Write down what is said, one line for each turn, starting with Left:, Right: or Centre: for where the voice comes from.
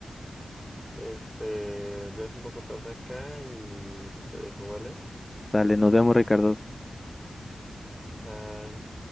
Centre: Este, ya es un poco tarde acá y te dejo, ¿vale?
Left: Dale, nos vemos, Ricardo.
Centre: Bye.